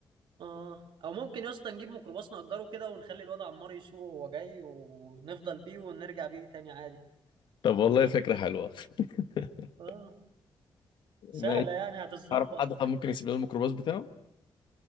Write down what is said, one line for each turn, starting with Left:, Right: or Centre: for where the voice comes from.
Right: اه او ممكن يا اسطى نجيب ميكروباص نأجره كده ونخلي الواد عمار يسوق وهو جاي ونفضل بيه ونرجع بيه تاني عادي
Left: طب والله فكرة حلوة <laughs>
Right: اه سهلة
Left: ماشي
Right: يعني هتتظبط
Left: اعرف حد طب ممكن يسيب لنا الميكروباص بتاعه